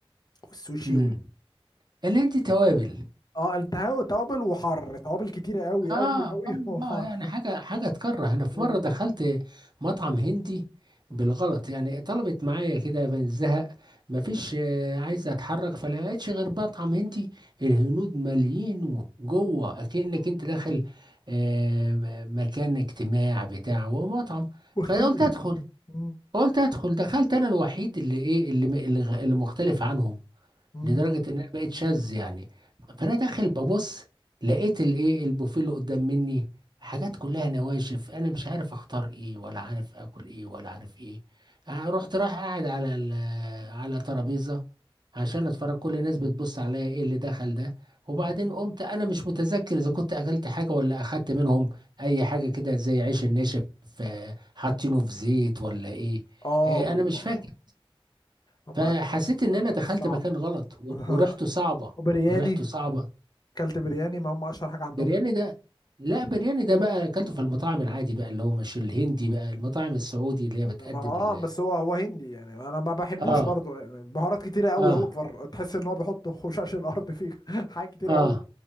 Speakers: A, on the left (about 45°); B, on the right (about 50°).
A: والسوشي
B: أمم.
A: وال...
B: اللي عندي توابل
A: اه التهاب توابل وحر توابل كتيرة قوي
B: اه
A: قوي قوي
B: اه
A: <laughs> وحر
B: آه، يعني حاجه حاجه تكره انا في
A: وال
B: مره دخلت مطعم هندي
A: م-
B: بالغلط يعني طلبت معايا كده من الزهق مفيش آه، عايز اتحرك فلقيتش غير مطعم هندي الهنود ماليين جوه
A: م-
B: اكنك
A: م-
B: انت داخل آه، م- مكان اجتماع بتاع هو مطعم
A: وكتير
B: فقلت ادخل
A: م-
B: قلت ادخل دخلت انا الوحيد اللي ايه اللي م- اللي غ- اللي مختلف عنهم
A: م-
B: لدرجه انها بقت شاذ يعني فانا داخل ببص لقيت الايه البوفيه اللي قدام مني حاجات كلها نواشف انا مش عارف اختار ايه ولا عارف اكل ايه ولا عارف ايه آه، رحت
A: م-
B: رايح قاعد على ال- على ترابيزه عشان اتفرج كل الناس بتبص عليا ايه اللي دخل ده وبعدين
A: م-
B: قمت انا مش متذكر اذا كنت اكلت حاجه ولا اخدت منهم اي حاجه كده زي عيش الناشف آه، حاطينه في زيت ولا ايه
A: اه
B: آه،
A: والله.
B: انا مش فاكر
A: هما
B: فحسيت
A: أكلهم الصراحة
B: ان انا دخلت
A: صعب
B: مكان غلط
A: <laughs>
B: و-
A: آه.
B: وريحته صعبه
A: وبرياني
B: وريحته صعبه
A: كلت برياني ما هم اشهر حاجه عندهم
B: برياني
A: البرياني.
B: ده لا برياني ده بقى اكلته في المطاعم العادي بقى اللي هو مش الهندي بقى المطاعم السعودي اللي هي بتقدم
A: ما هو اه
B: ال
A: بس هو هو هندي يعني انا ما بحبوش
B: اه
A: برضه يعني بهارات كتيره قوي
B: اه
A: اوفر تحس ان هو بيحط خشاش الارض فيه <laughs> حاجات كتيره قوي
B: اه